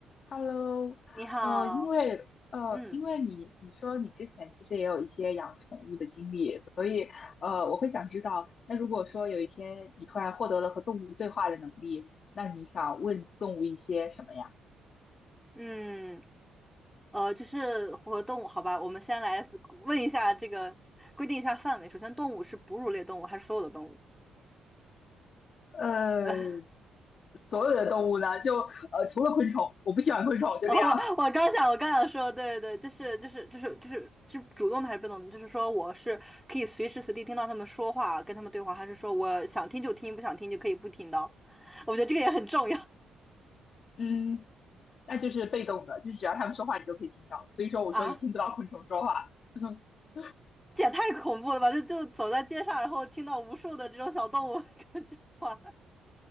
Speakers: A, on the left; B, in the centre.
A: Hello，
B: 你好，
A: 呃，因为呃，
B: 嗯
A: 因为你你说你之前其实也有一些养宠物的经历，所以呃，我会想知道，那如果说有一天你突然获得了和动物对话的能力，那你想问动物一些什么呀？
B: 嗯，呃，就是和动物，好吧，我们先来问一下这个，规定一下范围。首先，动物是哺乳类动物还是所有的动物？
A: 呃，
B: 呃，
A: 所有的动物呢，就呃，除了昆虫，我不喜欢昆虫，就这样。
B: <laughs> 哦，我我刚想，我刚想说，对对，就是就是就是就是是主动的还是被动的？就是说，我是可以随时随地听到他们说话，跟他们对话，还是说我想听就听，不想听就可以不听到？<laughs> 我觉得这个也很重要
A: <laughs> 嗯，那就是被动的，就是只要它们说话，你就可以听到。所以说，我说你听不到昆虫说话，
B: 啊，
A: <laughs>
B: 这也太恐怖了吧！就就走在街上，然后听到无数的这种小动物 <laughs> 跟我讲话。